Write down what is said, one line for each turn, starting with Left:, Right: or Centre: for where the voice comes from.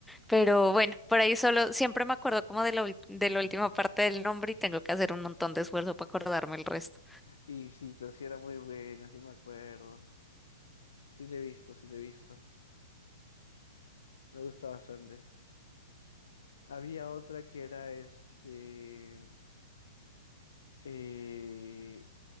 Centre: Pero bueno, por ahí solo siempre me acuerdo como de la, ul- de la última parte del nombre y tengo que hacer un montón de esfuerzo para acordarme el resto.
Left: Y sí, pero sí era muy buena, sí me acuerdo. Sí, le he visto, sí, le he visto. Me gusta bastante. Había otra que era este. eh,